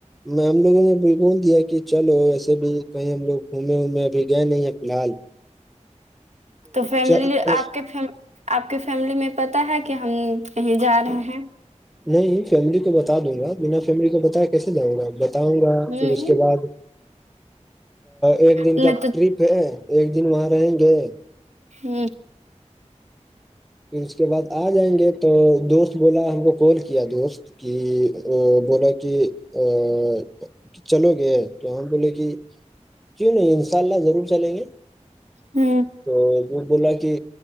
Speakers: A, in the centre; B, on the right.
A: میں ہم لوگوں نے بھی بول دیا کہ چلو وسے بھی کہیں ہم لوگ گھومے وومے ابھی گئے نہیں ہیں فلحال
B: تو فیملی
A: چل-
B: آپ کے آپ کے فیملی میں پتاہ ہے کہ ہم کہیں جا رہے ہیں
A: نہیں فیملی کو بتا دوں گا بنا فیملی کو بتا کیسے جاؤں گا بتاؤں گا
B: ہ
A: پھر اس کے بعد ایک دن
B: نہ
A: کا
B: تو
A: ٹرپ ہے ایک دن وہاں رہیں گے
B: ہوں
A: پھر اس کے بعد آ جائیں گے تو دوست بولا ہم کو کال کیا دوست کہ بولا کہ ا چلو گے تو ہماں بولے کہ جی نہیں انشاء اللہ ضرور چلیں گے
B: ہاں
A: تو وہ بولا کہ